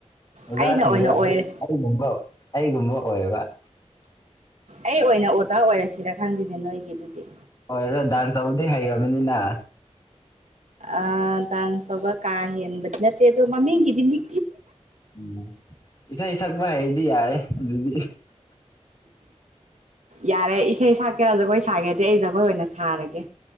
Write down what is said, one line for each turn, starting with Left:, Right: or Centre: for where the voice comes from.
Left: ꯑꯣꯖꯥꯁꯤꯡꯗꯣꯒꯨꯝꯕ
Right: ꯑꯩꯅ ꯑꯣꯏꯅ ꯑꯣꯏꯔꯦ
Left: ꯑꯩꯒꯨꯝꯕ ꯑꯣꯏꯕ
Right: ꯑꯩ ꯑꯣꯏꯅ ꯑꯣꯖꯥ ꯑꯣꯏꯔꯁꯤꯔ ꯈꯪꯗꯦꯅꯦ ꯅꯣꯏꯒꯤ ꯑꯗꯨꯗꯤ
Left: ꯍꯣꯏꯗ ꯗꯥꯟꯁ ꯇꯧꯕꯗꯤ ꯍꯩꯈꯔꯕꯅꯤꯅ
Right: ꯑ ꯇꯗꯥꯥꯟꯁꯕ ꯀꯥꯏ ꯍꯅꯦꯗꯣ ꯃꯃꯤꯒꯤꯗꯤꯄꯤ
Left: ꯎꯝ ꯏꯁꯩ ꯁꯛꯄ ꯍꯥꯏꯔꯗꯤ ꯌꯥꯔꯦ ꯑꯗꯨꯗꯤ
Right: ꯌꯥꯔꯦ ꯏꯁꯩ ꯁꯛꯀꯦꯔꯥ ꯖꯒꯣꯏ ꯁꯥꯒꯦꯗꯤ ꯑꯩ ꯖꯒꯣꯏ ꯑꯣꯏꯅ ꯁꯥꯔꯒꯦ